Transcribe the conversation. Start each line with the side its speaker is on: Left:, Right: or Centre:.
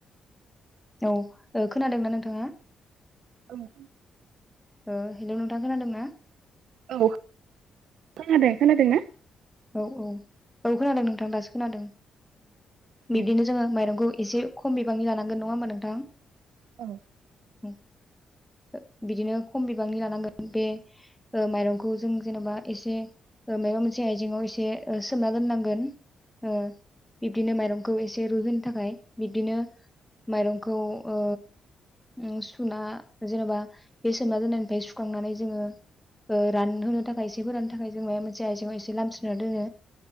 Centre: औ ओ खोनादोंना नोंथाङा?
Right: ओं
Centre: ओ हेलौ नोंथां खोनादों ना?
Right: औ खोनादों। खोनादों ना?
Centre: औ औ औ खोनादों नोंथां दासो खोनादों।
Right: औ
Centre: बिब्दिनो जोङो माइरंखौ एसे खम बिबांनि लानांगोन नङा होमा नोंथां?
Right: औ
Centre: ओ बिदिनो खम बिबांनि लानांगोन बे ओ माइरंखौ जों जेनेबा एसे माबा मोनसे आइ इङाव एसे ओ सोमना दोननांगोन। ओ बिबदिनो माइरंखौ एसे ए रुइहोनो थाखाय बिबदिनो माइरंखौ ओ उम सुना जेनेबा ए सोमना दोननायनि सुखांनानै जोङो ओ रानहोनो‌ थाखाय एसे फोराननो थाखाय जों मायबा मोनसे आइजेंयाव एसे लान स्रोना दोनो।